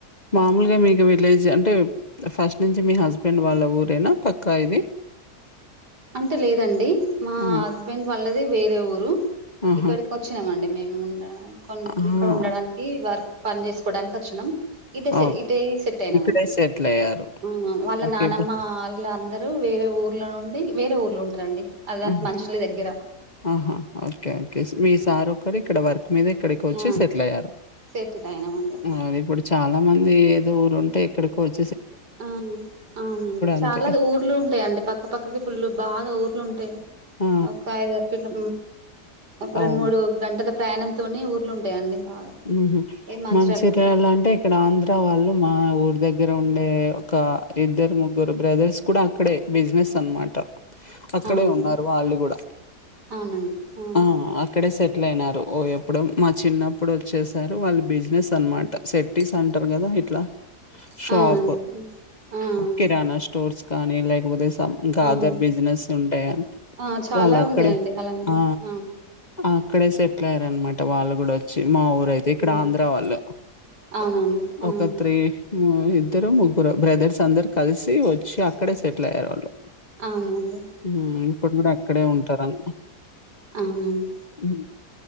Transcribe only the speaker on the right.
అంత లేదండి మా
హస్బెండ్ వాళ్ళది వేరే ఊరు
ఇక్కడికి వచ్చినామండి మేము ఉండ కొ
ఇక్కడ ఉండడానికి వర్క్ పని చేసుకోవడానికి వచ్చినాం ఇదే సె
ఇటే సెట్ అయినామండి
మ్ ఆ వాళ్ళ
నానమ్మ
వాళ్ళ అందరు లు వేరే ఊర్లో నుండి వేరే ఊర్లో ఉంటారండి అది
దానికి మంచిర్యాల దగ్గర.
హ్మ్.
ఆ!
సెటిల్ అయినామండి అట్లా.
ఆ అవునండి చాలా
ఊర్లు ఉంటాయిండి పక్క పక్కకి ఫుల్లు బాగా ఊర్లు ఉంటాయి
ఒక ఐదర కిలో ఒక రెండు
మూడు గంటలు ప్రయాణంతో ఊర్లు ఉంటాయండి బాగా
ఈ మంచిర్యాలకి
అవునవును
అవునండి అవును
అవునండి హ్మ్. ఆ అవును.
అవునండి
ఆ చాలా
ఉంటాయండి అలాంటి
అవును
హ్మ్.
అవునండి ఆ
అవునండి
అవునండి